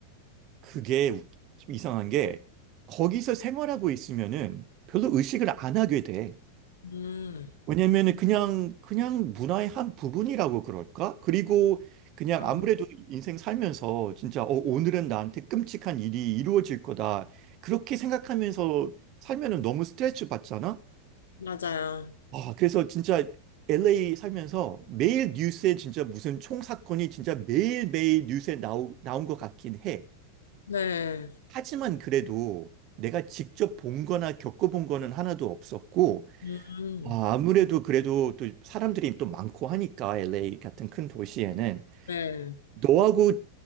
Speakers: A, on the right; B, on the left.
A: 그게 웃- 좀 이상한 게 거기서 생활하고 있으면은 별로 의식을 안 하게 돼.
B: 음,
A: 왜냐면은 그냥, 그냥 문화의 한 부분이라고 그럴까? 그리고 그냥
B: 음,
A: 아무래도 인생 살면서 진짜 어, 오늘은 나한테 끔찍한 일이 이루어질 거다. 그렇게 생각하면서 살면은 너무 스트레스 받잖아?
B: 맞아요.
A: 아, 그래서 진짜 LA 살면서 매일 뉴스에 진짜 무슨 총 사건이 진짜 매일매일 뉴스에 나오, 나온 것 같긴 해.
B: 네,
A: 하지만 그래도 내가 직접 본 거나 겪어본 거는 하나도 없었고,
B: 음,
A: 아, 아무래도 그래도 또 사람들이 또 많고 하니까 LA 같은 큰 도시에는
B: 네.
A: 너하고